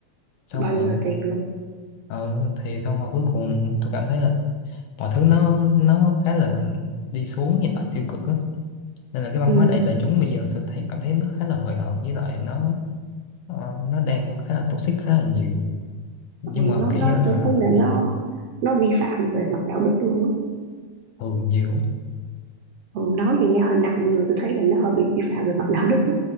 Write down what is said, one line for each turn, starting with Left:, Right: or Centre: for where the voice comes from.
Left: xong
Right: bao
Left: rồi
Right: nhiêu là tiền luôn
Left: ừ thì xong rồi cuối cùng tôi cảm thấy là mọi thứ nó nó khá là đi xuống nhìn lại tiêu cực á nên là cái văn
Right: ừ,
Left: hóa đại đại chúng bây giờ tôi thấy cảm thấy nó khá là hời hợt với lại nó ờ, nó đang khá là toxic khá là nhiều nhưng
Right: ừ
Left: mà
Right: nó
Left: kiểu
Right: nó
Left: như là
Right: tôi thấy là
Left: ừ,
Right: nó nó vi phạm về mặt đạo đức luôn á
Left: thường nhiều
Right: ừ, nói thì nghe hơi nặng nhưng mà tôi thấy là nó hơi bị vi phạm về mặt đạo đức á